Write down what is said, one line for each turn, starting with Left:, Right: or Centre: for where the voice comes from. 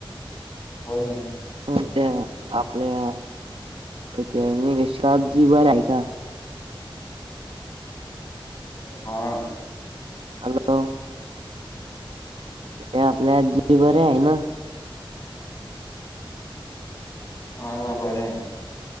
Left: बोल ना
Right: हो त्या आपल्या त्या शातजी बर आहे का
Left: हा
Right: हॅलो ते आपल्या जी बरे आहे ना
Left: हा ना बरं